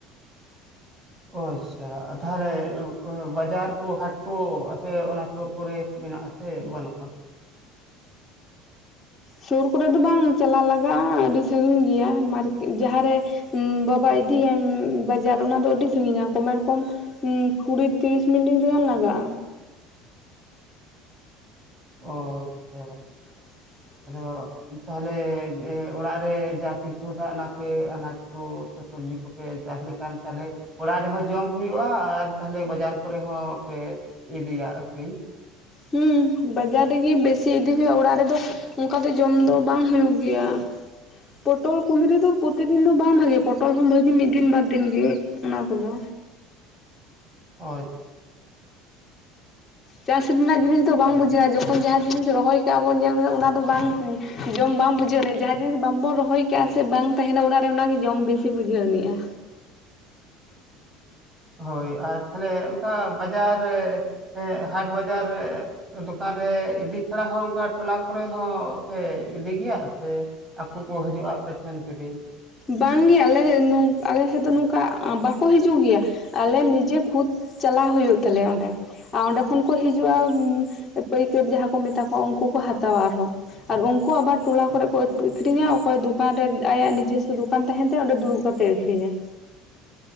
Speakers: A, on the right; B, on the left.
A: ᱚ ᱟᱪᱪᱷᱟ ᱛᱟᱦᱞᱮ ᱵᱟᱡᱟᱨ ᱠᱚ ᱦᱟᱴ ᱠᱚ ᱟᱯᱮ ᱚᱱᱟ ᱥᱳᱨ ᱠᱚᱨᱮ ᱢᱮᱱᱟᱜ-ᱟ ᱥᱮ ᱵᱟᱹᱱᱩᱜᱼᱟ
B: ᱥᱳᱨ ᱠᱚᱨᱮ ᱫᱚ ᱵᱟᱝ ᱪᱟᱞᱟ ᱞᱟᱜᱟᱜᱼᱟ ᱟᱹᱰᱤ ᱥᱟᱺᱜᱤᱧ ᱜᱮᱭᱟ ᱡᱟᱦᱟᱸ ᱨᱮ ᱵᱟᱵᱟ ᱤᱫᱤᱭᱟᱭ ᱵᱟᱡᱟᱨ ᱚᱱᱟ ᱫᱚ ᱟᱹᱰᱤ ᱥᱟᱺᱜᱤᱧᱟ ᱠᱚᱢᱮᱨ ᱠᱚᱢ ᱠᱩᱲᱤ ᱛᱤᱨᱤᱥ ᱢᱤᱱᱤᱴ ᱜᱟᱱ ᱞᱟᱜᱟᱜᱼᱟ
A: ᱚ ᱟᱪᱪᱷᱟ
B: <inaudible>
A: ᱟᱫᱚ ᱛᱟᱦᱚᱞᱮ ᱚᱲᱟᱜ ᱨᱮ <inaudible> <inaudible> ᱟᱱᱟᱡ ᱛᱳ ᱥᱮ ᱥᱚᱵᱡᱤ ᱠᱚᱠᱚ ᱮᱨ ᱪᱟᱥ ᱞᱮᱠᱷᱟᱱ ᱛᱟᱦᱚᱞᱮ ᱚᱲᱟᱜ ᱨᱮᱦᱚᱸ ᱡᱚᱢ ᱦᱩᱭᱩᱜᱼᱟ ᱟᱨ ᱛᱟᱦᱚᱞᱮ ᱵᱟᱡᱟᱨ ᱠᱚᱨᱮ ᱦᱚᱸ ᱯᱮ ᱤᱫᱤᱭᱟ ᱟᱹᱠᱷᱨᱤᱧ᱾
B: ᱦᱩᱸ, ᱵᱟᱡᱟᱨ ᱨᱮᱜᱤ ᱵᱮᱥᱤ ᱤᱫᱤ ᱦᱩᱭᱩᱜᱼᱟ ᱚᱲᱟᱜ ᱨᱮᱫᱚ ᱩᱝᱠᱟ ᱫᱚ ᱡᱚᱢ ᱫᱚ ᱵᱟᱝ ᱦᱩᱭᱩᱜ ᱜᱮᱭᱟ᱾ ᱯᱚᱴᱚᱞ ᱠᱩᱸᱫᱨᱤ ᱫᱚ ᱯᱨᱚᱛᱤᱫᱤᱱ ᱫᱚ ᱵᱟᱝ ᱵᱷᱟᱜᱮ ᱯᱚᱴᱚᱞ ᱦᱚᱸ ᱵᱷᱟᱜᱤ ᱢᱤᱫ ᱫᱤᱱ ᱵᱟᱨ ᱫᱤᱱ ᱜᱤ᱾ ᱚᱱᱟ ᱠᱚᱫᱚ᱾
A: ᱚᱪ
B: ᱪᱟᱥ ᱨᱮᱱᱟᱜ ᱡᱤᱱᱤᱥ ᱫᱚ ᱵᱟᱝ ᱵᱩᱡᱷᱟᱹᱜᱼᱟ ᱡᱚᱠᱷᱚᱱ ᱡᱟᱦᱟᱸ ᱡᱤᱱᱤᱥ ᱨᱚᱦᱚᱭ ᱠᱟᱜᱼᱟ ᱵᱚᱱ ᱧᱮᱞ ᱢᱮᱥᱮ ᱚᱱᱟ ᱫᱚ ᱵᱟᱝ ᱡᱚᱢ ᱵᱟᱢ ᱵᱩᱡᱷᱟᱹᱣ ᱮᱱᱮᱡ ᱡᱟᱦᱟᱸ ᱡᱤᱱᱤᱥ ᱵᱟᱢᱵᱚᱱ ᱨᱚᱦᱚᱭ ᱠᱟᱜᱼᱟ ᱥᱮ ᱵᱟᱝ ᱛᱟᱦᱮᱱᱟ ᱚᱲᱟᱜ ᱨᱮ ᱚᱱᱟᱜᱮ ᱡᱚᱢ ᱵᱮᱥᱤ ᱵᱩᱡᱷᱟᱹᱣ ᱢᱮᱭᱟ᱾
A: ᱦᱳᱭ ᱟᱨ ᱛᱷᱟᱞᱮ ᱩᱝᱠᱟ ᱵᱟᱡᱟᱨ ᱨᱮ ᱥᱮ ᱦᱟᱴ ᱵᱟᱡᱟᱨ ᱨᱮ ᱫᱩᱠᱟᱱ ᱨᱮ ᱤᱫᱤ ᱪᱷᱟᱲᱟ ᱦᱚᱸ ᱩᱝᱠᱟ ᱴᱩᱞᱟ ᱠᱚᱨᱮ ᱦᱚᱸ ᱯᱮ ᱤᱫᱤ ᱜᱤᱭᱟ ᱥᱮ ᱟᱠᱩ ᱠᱚ ᱦᱟᱹᱡᱩᱜᱼᱟ ᱟᱯᱮ ᱯᱷᱮᱱ ᱠᱤᱨᱤᱧ᱾
B: ᱵᱟᱝ ᱜᱮ ᱟᱞᱮ ᱱᱩᱝ ᱟᱞᱮ ᱥᱮᱫ ᱫᱚ ᱱᱩᱠᱟ ᱵᱟᱠᱚ ᱦᱤᱡᱩᱜ ᱜᱮᱭᱟ ᱟᱞᱮ ᱱᱤᱡᱮ ᱠᱷᱩᱫ ᱪᱟᱞᱟᱣ ᱦᱩᱭᱩᱜ ᱛᱟᱞᱮᱭᱟ ᱚᱸᱰᱮ᱾ ᱟᱨ ᱚᱸᱰᱮ ᱠᱷᱚᱱ ᱠᱚ ᱦᱤᱡᱩᱜᱼᱟ ᱯᱟᱹᱭᱠᱟᱹᱨ ᱡᱟᱦᱟᱸ ᱠᱚ ᱢᱮᱛᱟ ᱠᱚᱣᱟ ᱩᱱᱠᱩ ᱠᱚ ᱦᱟᱛᱟᱣᱟ ᱟᱨᱦᱚᱸ᱾ ᱟᱨ ᱩᱱᱠᱩ ᱟᱵᱟᱨ ᱴᱚᱞᱟ ᱠᱚᱨᱮ ᱠᱚ ᱮᱠᱴᱩ ᱤᱠᱷᱨᱤᱧᱟᱣ᱾ ᱚᱠᱚᱭ ᱫᱩᱠᱟᱱ ᱨᱮ ᱟᱭᱟᱜ ᱱᱤᱡᱮᱥᱥᱚ ᱫᱩᱠᱟᱱ ᱛᱟᱦᱮᱸᱱ ᱛᱟᱭᱟ ᱚᱸᱰᱮ ᱫᱩᱲᱩᱵ ᱠᱟᱛᱮ ᱟᱹᱠᱷᱨᱤᱧᱟᱭ᱾